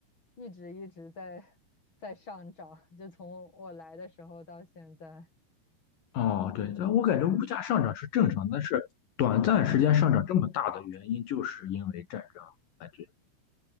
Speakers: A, on the left; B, on the left.
A: 一直一直在 <laughs> 在上涨，就从我来的时候到现在，
B: 哦，对，但我感觉物价上涨是正常的但是短暂时间上涨这么大的原因，就是因为战争，感觉。